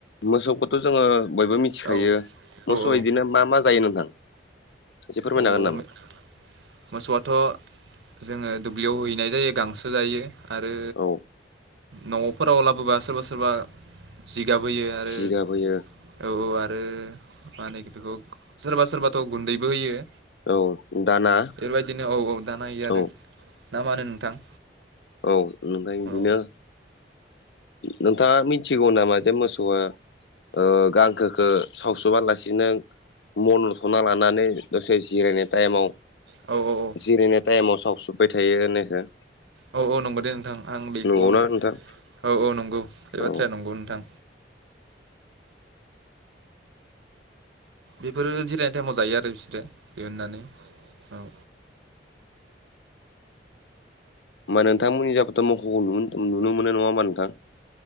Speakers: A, on the left; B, on the right.
A: मोसौखौथ' जोङो बयबो मिथिखायो
B: औ औ
A: मोसौया
B: औ
A: इदिनो मा मा जायो नोंथां? एसे फोरमायनो
B: अ <unintelligible>
A: हागोन नामा
B: मोसौआथ' जोङो दुब्लियाव हैनाय जायो गांसो जायो। आरो
A: औ
B: न'फोराव लाबोबा सोरबा सोरबा जिगाब होयो आरो
A: जिगाब होयो
B: औ औ आरो मा होनो <unintelligible> सोरबा सोरबाथ' गुन्दैबो होयो।
A: औ दाना
B: बेफोरबायदिनो औ औ दाना होयो आरो
A: औ
B: ना मा होनो नोंथां?
A: औ नोंथां इदिनो
B: औ
A: नोंथाङा मिथिगौ नामा जे मोसौआ ओ गांखोखौ सावसुबालासिनो मनथ'ना लानानै दसे जिरायनाय टाइमाव
B: औ औ औ
A: जिरायनाय टाइमाव सावसुब्बाय थायो होननायखो
B: औ औ नंगौ दे नोंथां आं बेखौ
A: नंगौना
B: औ
A: नोंथां
B: औ नंगौ बे
A: औ
B: बाथ्राया नंगौ नोंथां। बेफोरो जिरायनाय टाइमाव जायो आरो बिसोरो दिहुननानै औ
A: होमबा नोंथांमोननि मख'खौ लुनो नुनो मोनो नङा होमबा नोंथां?